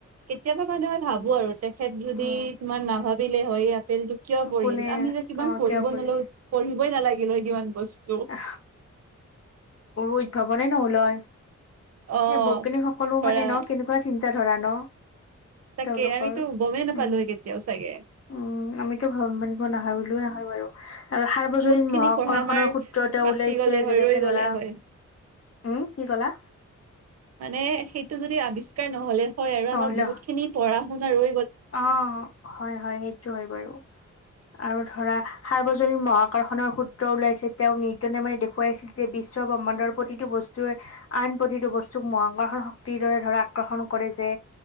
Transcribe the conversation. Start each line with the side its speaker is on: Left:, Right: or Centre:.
Right: কেতিয়াবা মানে মই ভাবোঁ আৰু তেখেত যদি
Left: উম
Right: তোমাৰ নাভাবিলে হয় ইয়াত কিয় পঢ়িল
Left: কোনে
Right: আমি যে কিমান
Left: অ
Right: পঢ়িব
Left: কিয় পৰিল
Right: নলো পঢ়িবই নালাগিল হয় কিমান বস্তু
Left: অ উদ্ভাৱনে নহলয়।
Right: অ
Left: এ বৈজ্ঞানিক সকলো
Right: ধৰা
Left: মানে ন কেনেকুৱা চিন্তা ধৰা ন
Right: তাকে
Left: তেওঁলোকৰ
Right: আমিতো গমেই নাপালো
Left: উম
Right: হয় কেতিয়াও চাগে
Left: উম আমিতো <unintelligible> মান নাহৰ হয় বাৰু। আৰু সাৰ্বজনীন
Right: বহুত খিনি
Left: মহ আকৰ্ষণৰ্ৰ
Right: পঢ়া আমাৰ
Left: শু
Right: বাচি
Left: ওলাইছে
Right: গ'লে হয়
Left: যেনেকে
Right: ৰৈ
Left: ধৰা।
Right: গ'লে হয়
Left: উম কি ক'লা?
Right: মানে সেইটো যদি আৱিষ্কাৰ নহ'লে হয় আৰু
Left: নহ'লে
Right: আমাৰ বহুত খিনি পঢ়া শুনাৰো
Left: অ হয় হয় সেইটো হয় বাৰু। আৰু ধৰা সাৰ্বজনীন মহ আকৰৰ্ষণৰ সূত্ৰ ওলাইছে তেওঁ নিৰ্দনে মানে দেখুৱাইছিল যে বিশ্বত ব্ৰহ্মাণ্ডৰ প্ৰতিটো বস্তুৱে আন প্ৰতিটো বস্তুক মহ আকৰ্ষণ শক্তিৰ দৰে ধৰ আকৰ্ষণ কৰে যে